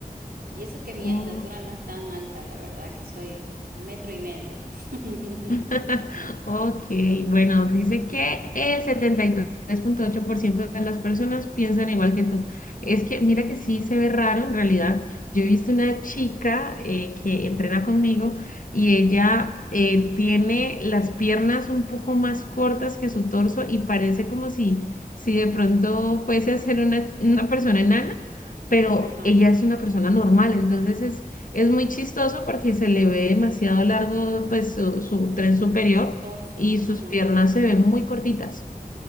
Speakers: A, on the right; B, on the left.
A: Y eso que mi
B: Oh.
A: estatura no es tan alta, la verdad que soy metro y medio. <laughs>
B: <laughs> Ok, bueno, dice que el setenta y tres punto ocho por ciento de las personas piensan igual que tú. Es que mira que sí se ve raro en realidad. Yo he visto una chica eh, que entrena conmigo y ella eh, tiene las piernas un poco más cortas que su torso y parece como si, si de pronto fuese a ser una, una persona enana, pero
A: Ajá,
B: ella es una persona normal, entonces es muy chistoso porque se le ve demasiado largo, pues, su, su tren superior
A: su torso,
B: y
A: ajá.
B: sus piernas se ven muy cortitas.